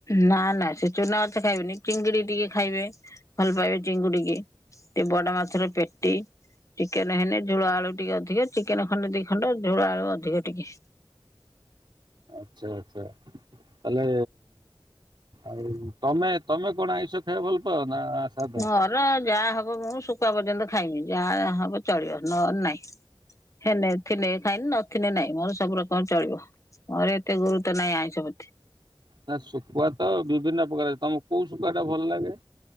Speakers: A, on the left; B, on the right.
A: ନା ନା ସେ ଚୁନା ମାଛ ଖାଇବେନି। ଚିଙ୍ଗୁଡି ଟିକେ ଖାଇବେ ଭଲ ପାଇବେ ଚିଙ୍ଗୁଡିିକି। ଟେ ବଡ ମାଛର ପେଟି। ଚିକେନ ହେନେ ଝୋଳ ଆଳୁ ଟିକେ ଅଧିକ, ଚିକେନ ଖଣ୍ଡେ ଦି ଖଣ୍ଡ ଝୋଳ ଆଳୁ ଅଧିକ ଟିକେ।
B: ଆଚ୍ଛା ଆଚଛା ତାଲେ ଆଉ ତମେ ତମେ କଣ ଆଇଁଷ ଖାଇବାକୁ ଭଲ ପାଅ ନା? ସାଧା?
A: ମୋର ଯାହା ହବ ମୁଁ ଶୁଖୁ ପର୍ଯ୍ୟନ୍ତ ଖାଇମି ଯାହା ହବ ଚଳିବ ନହେଲେ ନାଇଁ। ହେଲେ ଥିଲେ ଖାଇ ନଥିଲେ ନାଇଁ ମୋର ସବୁ ପ୍ରକାର ଚଳିବ। ମୋର ଏତେ ଗୁରୁତ୍ୱ ନାହିଁ ଆଇଁଷ ପ୍ରତି।
B: ନା ଶୁଖୁଆ ତ ବିଭିନ୍ନ ପ୍ରକାର ଅଛି। ତମକୁ କୋଉ ଶୁଖୁଆ ଟା ଭଲ ଲାଗେ?